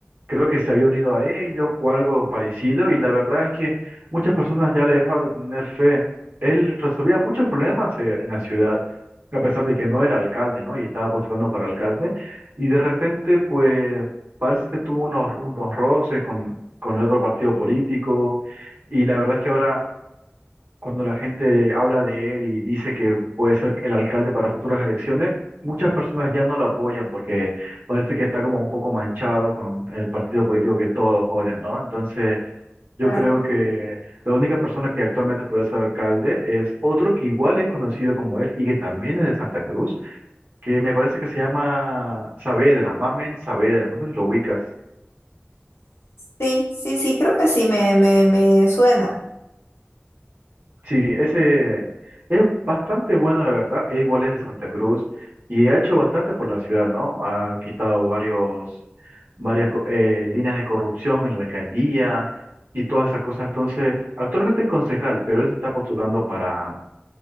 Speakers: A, on the right; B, on the left.
A: Creo que se había unido a ellos o algo parecido. Y la verdad es que muchas personas ya le dejaron de tener fe. Él resolvía muchos problemas eh, en la ciudad, a pesar de que no era alcalde, ¿no? Y estaba postulando para alcalde. Y de repente, pues, parece que tuvo unos, unos roces con, con el otro partido político. Y la verdad es que ahora cuando la gente habla de él y dice que puede ser el alcalde para futuras elecciones, muchas personas ya no lo apoyan porque parece que está como un poco manchado con el partido político que todos odian, ¿no? Entonces, yo
B: Claro.
A: creo que la única persona que actualmente puede ser alcalde es otro que igual es conocido como él y que también es de Santa Cruz, que me parece que se llama Saavedra, Mamen Saavedra, no sé si lo ubicas.
B: Sí, sí, sí, creo que sí, me, me, me suena.
A: Sí, ese es bastante bueno, la verdad. Es igual es de Santa Cruz y ha hecho bastante por la ciudad, ¿no? Ha quitado varios, varias co- eh, líneas de corrupción en la alcaldía y todas esas cosas. Entonces, actualmente es concejal, pero él se está postulando para,